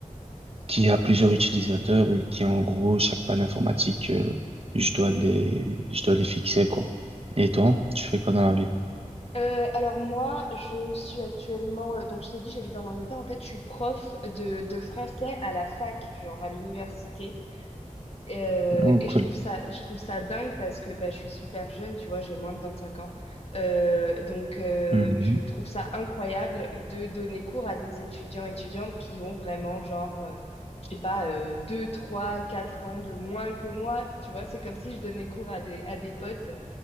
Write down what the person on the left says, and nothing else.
Trou-
Euh, alors moi, je suis actuellement, euh, donc je t'ai dit, j'habite en Angleterre. En fait, je suis prof de, de français à la fac, genre à l'université. Euh,
et
je trouve ça, je trouve ça dingue parce que bah, je suis super jeune, tu vois, j'ai moins de 25 ans. Euh, donc euh,
je trouve ça incroyable de donner cours à des étudiants, étudiantes qui ont vraiment genre, euh, je sais pas, euh, 2, 3, 4 ans de moins que moi. Tu vois, c'est comme si je donnais cours à des, à des potes.